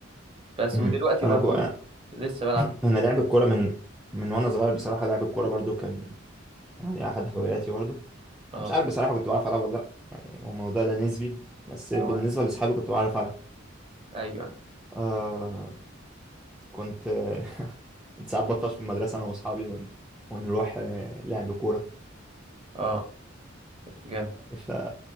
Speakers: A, on the right (about 30°); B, in the centre.
A: بس
B: مم.
A: ودلوقتي
B: انا
A: برضو
B: كو... <clears throat>
A: لسه بلعب فيديو
B: انا
A: جيم
B: لعب الكوره من من وانا صغير بصراحه لعب الكوره برضو كان يعني احد هواياتي برضو
A: اه
B: انا مش عارف بصراحه كنت بعرف العب ولا لا يعني هو الموضوع ده نسبي بس
A: أو
B: بالنسبه
A: أنا-
B: لاصحابي كنت بعرف العب
A: أيوه أيوه.
B: آه كنت <laughs> كنت ساعات بطفش في المدرسه انا واصحابي ون... ونروح آه، لعب كوره
A: اه جامد
B: ف